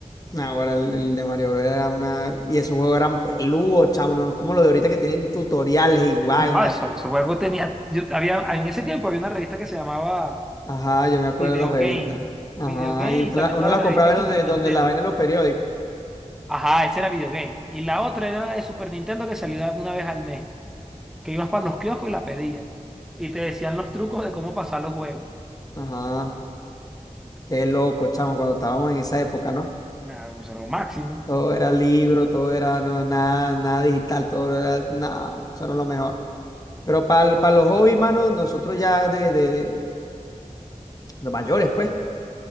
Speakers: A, on the left; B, in the centre.
A: No, ahora el, el de Mario Bros. era una. Y esos juegos eran peludos, chamo. No es como los de ahorita que tienen tutoriales y vaina.
B: No, ah, eso, esos juegos tenía, yo, había, en ese tiempo había una revista que se llamaba
A: Ajá, yo me acuerdo
B: Video
A: de las revistas.
B: Game,
A: Ajá,
B: Video Game
A: y tú
B: y también
A: la-
B: estaba
A: uno las
B: la
A: compraba
B: revista
A: en
B: Super
A: donde,
B: Nintendo.
A: donde las vainas de los periódicos.
B: Ajá, esa era Video Game. Y la otra era la de Super Nintendo que salía una vez al mes, que ibas para los kioscos y la pedías. Y te decían los trucos de cómo pasar los juegos.
A: Ajá, qué loco, chamo, cuando estábamos en esa época, ¿no?
B: Nada, pues era lo máximo.
A: Todo era libro, todo era no, nada, nada digital, todo era nada, eso no es lo mejor. Pero para, para los hobbies, mano, nosotros ya de, de, de los mayores, pues,